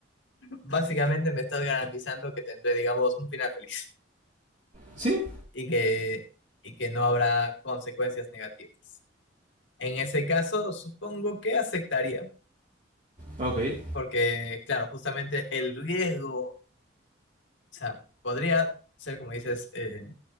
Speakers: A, on the left (about 70°); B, on the right (about 35°).
A: básicamente me estás garantizando que tendré, digamos, un final feliz
B: Sí,
A: y que, y que no habrá consecuencias negativas. En ese caso, supongo que aceptaría,
B: ok. <laughs>
A: porque, claro, justamente el riesgo, o sea, podría ser, como dices, eh,